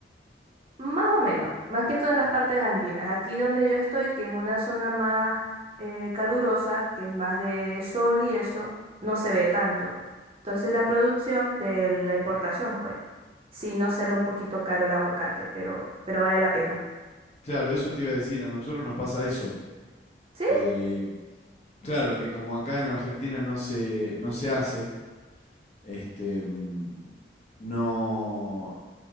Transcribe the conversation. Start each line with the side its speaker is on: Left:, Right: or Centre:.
Right: Más o menos, más que todo en las partes andinas. Aquí donde yo estoy, que es una zona más eh, calurosa, que es más de sol y eso, no se ve tanto. Entonces la producción de la importación, pues, sí nos sale un poquito caro el aguacate, pero, pero vale la pena.
Left: Claro, eso te iba a decir, a nosotros nos pasa eso,
Right: ¿Sí?
Left: que claro, que como acá en Argentina no se, no se hace, Este, mm, no,